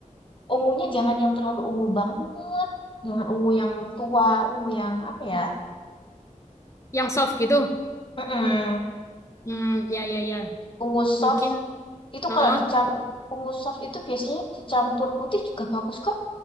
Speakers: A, on the left; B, on the left.
A: ungunya jangan yang terlalu ungu banget jangan ungu yang tua ungu yang apa ya
B: Yang soft gitu?
A: Mm-mm.
B: Hmm, ya, ya, ya.
A: ungu soft
B: Mungkin,
A: Itu
B: oh,
A: kalau dicampur ungu soft itu biasanya dicampur putih juga bagus kok.